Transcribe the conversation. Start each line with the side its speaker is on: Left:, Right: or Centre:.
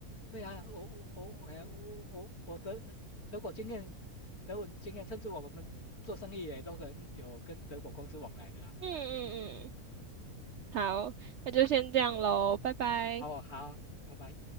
Left: 对啊，我我我哎我我我德德国经验，德文经验，甚至我们做生意也都可能有跟德国公司往来的啊，
Right: 嗯嗯嗯，
Left: 啊嗯，
Right: 好，那就先这样喽，拜拜。
Left: 好，好，拜拜。